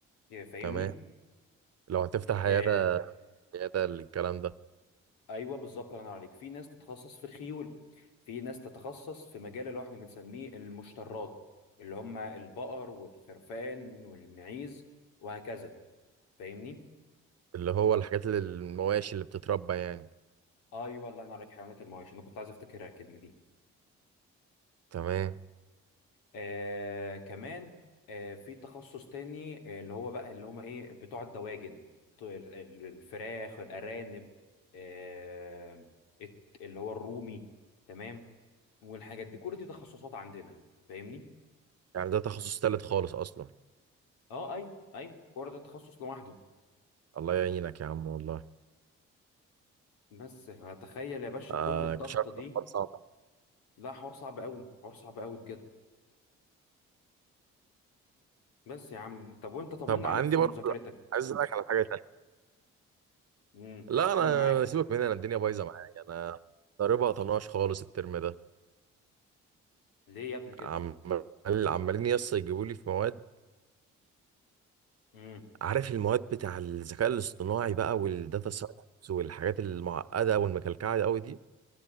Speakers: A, on the left; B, on the right.
A: فاهمني
B: تمام لو هتفتح عيادة
A: آه،
B: عيادة الكلام ده
A: ايوه بالظبط الله ينور عليك في ناس تتخصص في الخيول في ناس تتخصص في مجال اللي هو احنا بنسميه المشترات اللي هم البقر والخرفان والمعيز وهكذا فاهمني
B: اللي هو الحاجات اللي المواشي اللي بتتربى يعني
A: ايوه الله ينور عليك حيوانات المواشي انا كنت عايز افتكرها الكلمه دي
B: تمام
A: آه كمان آه في تخصص تاني آه، اللي هو بقى اللي هم ايه بتوع الدواجن بتوع ال- ال- الفراخ الارانب آه الت- اللي هو الرومي تمام والحاجات دي كل دي تخصصات عندنا فاهمني
B: يعني ده تخصص تالت خالص أصلا
A: اه ايوه ايوه كوره ده تخصص لوحده
B: الله يعينك يا عم والله
A: بس تخيل يا باشا
B: آه
A: كل الضغطه
B: كنت عارف
A: دي
B: إن الحوار صعب
A: لا حوار صعب قوي حوار صعب قوي بجد بس يا عم طب وانت طمنا
B: طب
A: عليك
B: عندي
A: في
B: برضه
A: مذاكرتك
B: عايز اسالك على حاجه تانية
A: امم
B: لا انا
A: قول معاك
B: سيبك من انا الدنيا بايظه معايا انا ضاربها طناش خالص الترم ده
A: ليه يا ابني كده
B: عمال عمالين يس يجيبوا لي في مواد
A: امم
B: عارف المواد بتاع الذكاء الاصطناعي بقى والداتا ساينس والحاجات المعقده والمكلكعه قوي دي